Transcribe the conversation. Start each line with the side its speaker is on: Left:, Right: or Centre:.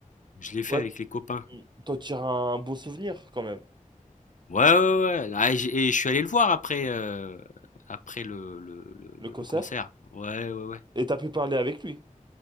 Left: je l'ai fait
Right: Ouais,
Left: avec les copains.
Right: Hmm. t'en tires un beau souvenir quand même,
Left: Ouais, ouais, ouais, ouais. ah et j'ai et je suis allé le voir après, heu, après le le le
Right: le concert.
Left: le concert. Ouais, ouais, ouais.
Right: Et t'as pu parler avec lui.